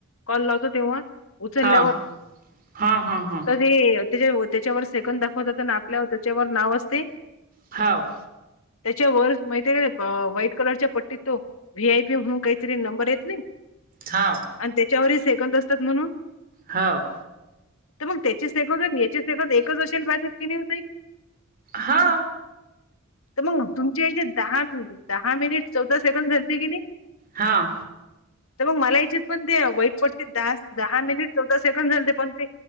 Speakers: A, on the left; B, on the right.
A: कॉल लावतो तेव्हा उचलल्यावर-कट
B: हा हा हा हा
A: ते त्या त्याच्यावर सेकंद दाखवतात आणि आपल्यावर त्याच्यावर नाव असते.
B: हाव.
A: त्याच्या वर माहिती ये का ते व्हाईट कलरच्या पट्टीत तो व्ही आय पी म्हहून काहीतरी नंबर येत नाही.
B: हाव.
A: आणि त्याच्यावरही सेकंद असतात म्हणून
B: हावं.
A: तर मग त्याची सेकंद नं याची सेकंद एकच असेल पाहिजेल कि नाय ओ ताई
B: हा
A: त मग तुमच्या ह्याच्यात दहा दहा मिनिट चौदा सेकंड झालती कि नाय.
B: हा
A: त मंग मला याचेत पण ते वाईट पट्टीत दहा दहा मिनिट चौदा सेकंड झालते पण ते